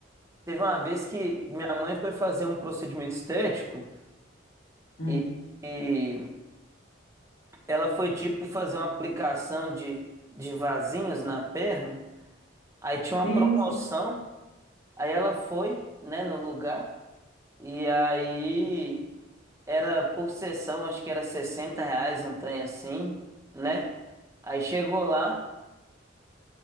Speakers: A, on the right (about 15°); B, on the left (about 85°).
A: Teve uma vez que minha mãe foi fazer um procedimento estético.
B: Hum.
A: E, e ela foi tipo fazer uma aplicação de, de vasinhos na perna. Aí tinha uma
B: sim,
A: promoção.
B: sim.
A: Aí ela foi, né, no lugar. E aí era por sessão, acho que era 60 reais um trem assim, né? Aí chegou lá,